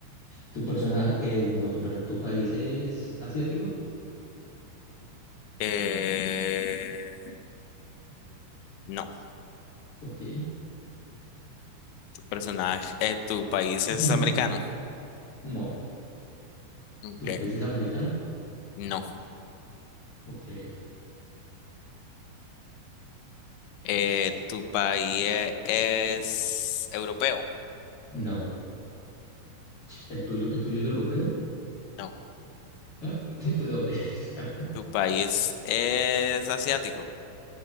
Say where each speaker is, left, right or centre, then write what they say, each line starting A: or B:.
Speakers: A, on the left; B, on the left.
A: Tu persona, eh, no, tu persona, ¿tu país es asiático?
B: Eh, no,
A: Ok.
B: tu personaje, eh, tu país es
A: <laughs>
B: americano.
A: No.
B: Ok,
A: ¿Tu país es americano?
B: no.
A: Ok.
B: Eh, ¿tu país e- es, europeo?
A: No. ¿El tuyo, el tuyo es europeo?
B: No.
A: Ah, <laughs> ¿de dónde es? <laughs>
B: ¿Tu país es asiático?